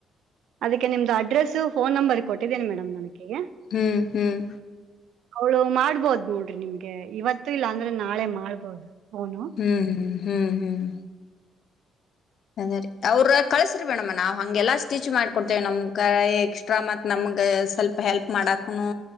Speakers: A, on the right; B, on the left.
A: ಅದಕ್ಕೆ ನಿಮ್ದು ಅಡ್ರೆಸ್ ಫೋನ್ ನಂಬರ್ ಕೊಟ್ಟಿದ್ದೀನಿ ಮೇಡಮ್ ನಾನ ಅಕಿಗೆ
B: ಹ್ಮ್ ಹ್ಮ್
A: ಅವ್ಳು ಮಾಡ್ಬೋದ್ ನೋಡ್ರಿ ನಿಮ್ಗೆ ಗೆ ಹಾಗೆ ಇವತ್ತು ಇಲ್ಲ ಅಂದ್ರೆ ನಾಳೆ ಮಾಡ್ಬೋದು ಫೋನು
B: ಹ್ಮ್ ಹ್ಮ್ ಹ್ಮ್ ಹ್ಮ್ ಅರಿ ಅವ್ರ ಕಳ್ಸ್ರಿ ಮೇಡಮ್ಮ ನಾವ್ ಹಂಗೆಲ್ಲಾ ಸ್ಟಿಚ್ ಮಾಡ್ಕೊಡ್ತೇವ ನಮ್ ಕ ಎಕ್ಸ್ಟ್ರಾ ಮತ್ ನಮಗ ಸ್ವಲ್ಪ ಹೆಲ್ಪ್ ಮಾಡಕನು